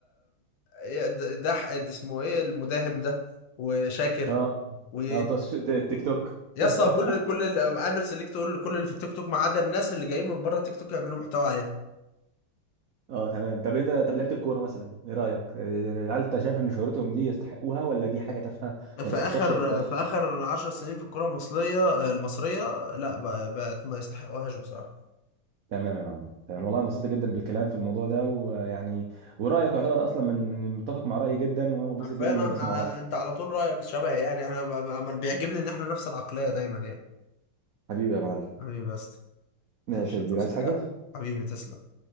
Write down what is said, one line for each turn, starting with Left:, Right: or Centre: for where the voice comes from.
Left: يا ده ده ح- ده اسمه ايه المداهم ده وشاكر
Right: اه
Left: و
Right: اه بتوع السوشيال- التيك توك
Left: يا
Right: <laughs>
Left: اسطى كل كل ال- عامل سيلكت كل كل اللي في التيك توك ما عدا الناس اللي جايين من بره التيك توك يعملوا محتوى عليه
Right: اه تمام طب انت طب لعيبه الكوره مثلا ايه رايك آه، هل انت شايف ان شهرتهم دي يستحقوها ولا دي حاجه تافهه
Left: في
Right: ما بتاثرش
Left: اخر
Right: في <laughs>
Left: في اخر 10 سنين في الكره المصريه المصريه لا بقى- بقت ما يستحقوهاش بصراحه
Right: تمام يا معلم تمام
Left: مم.
Right: والله انبسطت جدا بالكلام في الموضوع ده ويعني ورايك يعتبر اصلا من متفق مع رايي جدا وانا مبسوط
Left: حرفيا
Right: جدا لما
Left: احنا
Right: بسمع رايك
Left: انت على طول رايك شبه يعني احنا ب- ب- ما بيعجبني ان احنا نفس العقليه دايما يعني
Right: حبيبي يا معلم
Left: حبيبي بس
Right: ماشي
Left: ماشي
Right: يا كبير
Left: تصحى
Right: عايز حاجة
Left: حاجه حبيبي تسلم